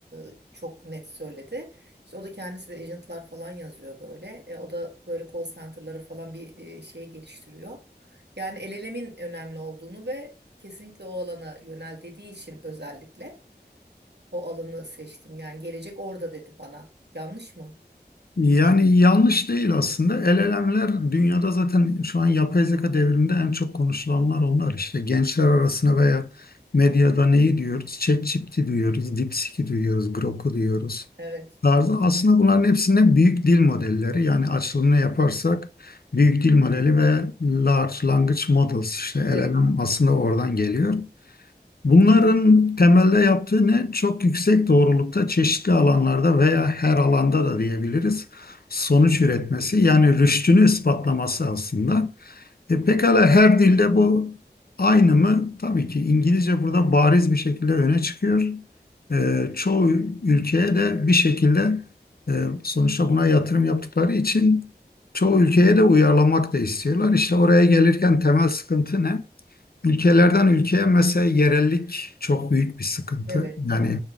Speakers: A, on the right; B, on the left.
A: e, çok net söyledi. İşte o da kendisi de agentlar falan yazıyor böyle. E, o da böyle call center'lara falan bir e, şey geliştiriyor. Yani LLM'in önemli olduğunu ve kesinlikle o alana yönel dediği için özellikle o alanı seçtim. Yani gelecek orada dedi bana. Yanlış mı?
B: Yani yanlış değil aslında. el elemler dünyada zaten şu an yapay zeka devriminde en çok konuşulanlar onlar. İşte gençler arasında veya medyada neyi diyoruz? ChatGPT diyoruz, DeepSeek'i diyoruz, Grok'u diyoruz.
A: Evet.
B: tarzı. Aslında bunların hepsinde büyük dil modelleri yani açılımını yaparsak büyük dil modeli ve large language models işte
A: De-
B: LLM aslında oradan geliyor. Bunların temelde yaptığı ne? Çok yüksek doğrulukta çeşitli alanlarda veya her alanda da diyebiliriz sonuç üretmesi yani rüştünü ispatlaması aslında. E, pekala her dilde bu aynı mı? Tabii ki İngilizce burada bariz bir şekilde öne çıkıyor. E, çoğu ülkeye de bir şekilde e, sonuçta buna yatırım yaptıkları için çoğu ülkeye de uyarlamak da istiyorlar. İşte oraya gelirken temel sıkıntı ne? Ülkelerden ülkeye mesela yerellik çok büyük bir sıkıntı.
A: Evet.
B: Yani